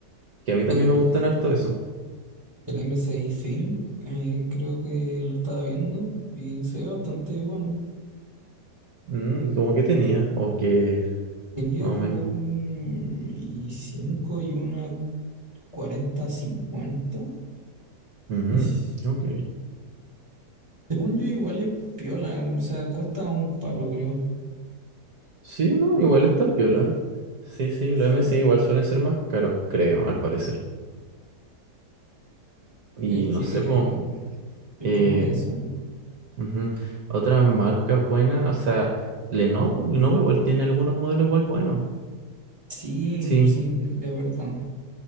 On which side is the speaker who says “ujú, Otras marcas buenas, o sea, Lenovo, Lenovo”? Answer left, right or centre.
Right